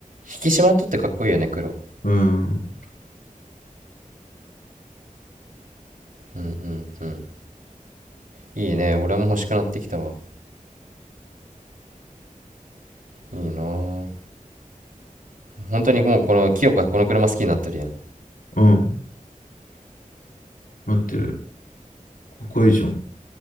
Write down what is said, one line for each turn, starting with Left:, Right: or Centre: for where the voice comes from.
Right: 引き締まっとってかっこいいよね、黒。
Left: うん、
Right: うんうんうん。いいね。俺も欲しくなってきたわ。いいなぁ本当にもうこの、清香この車好きになってるやん。
Left: うん、待ってる。ここいいじゃん。